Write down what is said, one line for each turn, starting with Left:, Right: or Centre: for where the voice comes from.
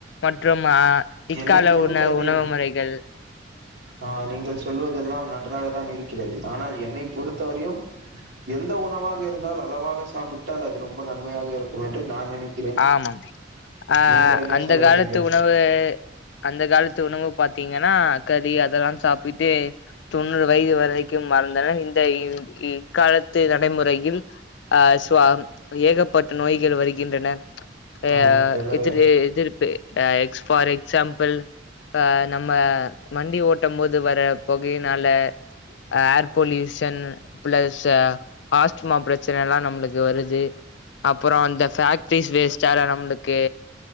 Left: மற்றும் அ இக்கால
Right: என்னை பொறுத்தவரையும்
Left: உண உணவு முறைகள்
Right: ஆ நீங்கள் சொல்வதெல்லாம் நன்றாக தான் இருக்கிறது அனால் என்னை பொறுத்தவரையும் எந்த உணவாக இருந்தால் அளவாக சாப்பிட்டால் அது ரொம்ப நன்மையாக இருக்கும் என்று நான் நினைக்கிறேன்
Left: ஆமம் ஆ
Right: நீங்கள் என்ன
Left: அந்த
Right: சொல்லுகிறீர்கள்
Left: காலத்து உணவு அந்த காலத்து உண வு பாத்திங்கன்னா கலி அதெல்லாம் சாப்பிட்டு தொண்ணூறு வய்து வரைக்கும் மறந்தனர் இந்த இவ் இ க்காலத்து நடைமுறையில் அ ஸ்வாம் ஏகப்பட்ட நோய்கள் வருகின்றன அயா
Right: ஆமாம் தோழரே
Left: இத்துல்லு இதுர்பாபு அ எக்ஸ் ஃபார் எக்ஸாம்பல் ஆ நம்ம வண்டி ஓட்டம் போது வர பொகைய்னால அ ஏர் பொல்யூஷன் ப்ளஸ் ஸா ஆஸ்துமா ப்ரச்சன எல்லா நம்ளுக்கு வருது அப்பறோ அந்த ஃபாக் ஃபீஸ் வேஸ்ட்டார நம்ளுக்கு